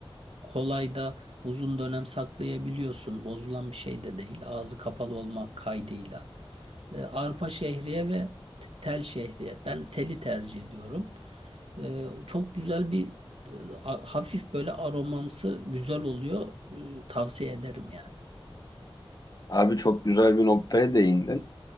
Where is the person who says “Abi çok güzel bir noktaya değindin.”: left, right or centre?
Left